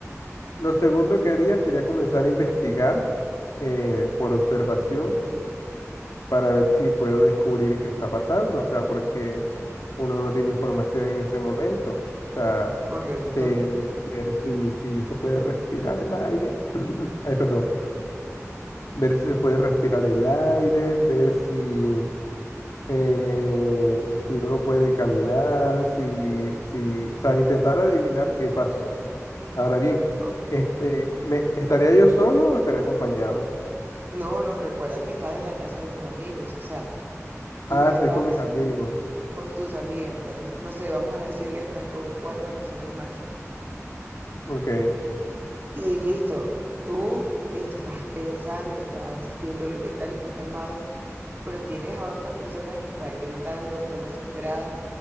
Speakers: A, on the left; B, on the right.
A: lo segundo que haría sería comenzar a investigar eh, por observación para ver si puedo descubrir qué está pasando, o sea, porque uno no tiene información en ese momento, o sea,
B: correcto.
A: ver, ver si, si se puede respirar el aire, <clears throat> ay, perdón, ver si se puede respirar el aire, ver si, eh, si uno puede caminar, si, si, o sea, intentar adivinar qué pasó. Ahora bien,
B: Ok.
A: este, ¿me, estaría yo solo o estaría acompañado?
B: No, no, recuerda que estás en la casa de tus amigos. O sea, tú
A: Ah,
B: estás
A: estoy con mis amigos,
B: con tus amigas, estás, no sé, vamos a decir que estás con cuatro personas más.
A: ok.
B: Y listo, tú, listo, estás pensando, estás viendo el inventario, estás calmado, pero tienes a otras personas que están gritando, están desesperadas.